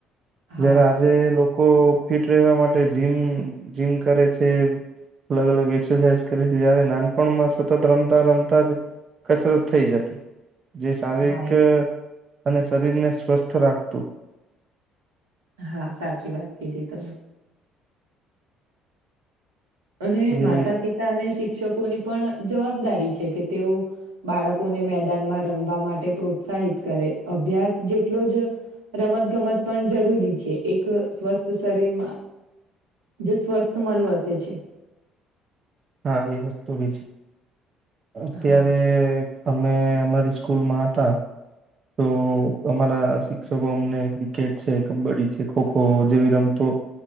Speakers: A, on the right; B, on the right.
A: હા
B: જય્યારે આજે લોકો ફિટ રહેવા માટે જીમ જીમ કરે છે. અલગ અલગ એક્સરસાઇઝ કરે છે જારે નાનપણમાં સતત રમતા રમતા જ કસરત થઈ જતી જે શારીરિક
A: હા એ તો-
B: અને શરીર ને સ્વસ્થ રાખતું.
A: હા સાચી વાત કીધી તમે. અને
B: જે
A: માતા પિતા અને શિક્ષકોની પણ જવાબદારી છે કે તેઓ બાળકોને મેદાનમાં રમવા માટે પ્રોત્સાહિત કરે અભ્યાસ જેટલો જ રમત ગમત પણ જરૂરી છે એક સ્વસ્થ શરીરમાં જે સ્વસ્થ મન વસે છે.
B: હા એ વસ્તુ બી છે. અત્યારે
A: હા
B: અમે અમારી સ્કૂલમાં હતા. તો અમારા શિક્ષકો અમને ક્રિકેટ છે કબડ્ડી છે ખોખો જેવી રમતો